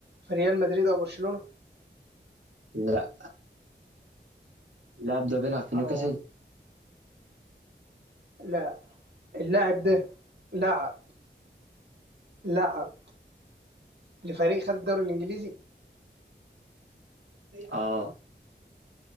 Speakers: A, on the right (about 60°); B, on the right (about 85°).
A: في ريال مدريد او برشلونه
B: لا اللاعب ده بيلعب في نيوكاسل
A: او لا اللاعب ده لعب لعب لفريق خد الدوري الانجليزي
B: اه